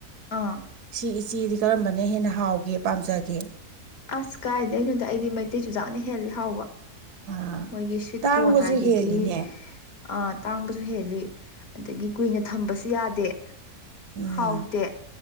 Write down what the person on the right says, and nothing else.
ꯁꯤ ꯏꯆꯦꯗꯤ ꯀꯔꯝꯕꯅ ꯍꯦꯟꯅ ꯍꯥꯎꯒꯦ ꯄꯥꯝꯖꯒꯦ
ꯑꯥ
ꯇꯥꯡꯕꯁꯨ
ꯍꯦꯜꯂꯤꯅꯦ
ꯎꯝ